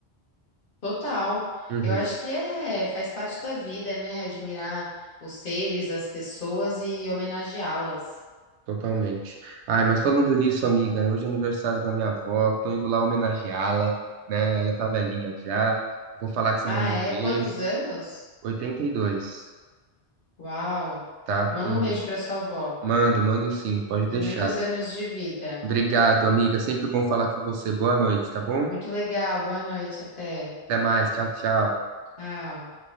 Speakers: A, on the left (about 50°); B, on the right (about 85°).
A: Total.
B: Uhum.
A: Eu acho que é, faz parte da vida, né? Admirar os seres, as pessoas e homenageá-las.
B: Totalmente. Ai, mas falando nisso, amiga, hoje é aniversário da minha avó, tô indo lá homenageá-la, né? Ela tá velhinha já. Vou falar que você
A: Ah,
B: mandou
A: é?
B: um beijo.
A: Quantos anos?
B: 82,
A: Uau!
B: tá?
A: Manda
B: Uhum.
A: um beijo pra sua avó.
B: Mando, mando sim, pode
A: E
B: deixar.
A: muitos anos de vida.
B: Obrigado, amiga. Sempre bom falar com você. Boa noite, tá bom?
A: Muito legal. Boa noite, até.
B: Até mais. Tchau, tchau.
A: Tchau.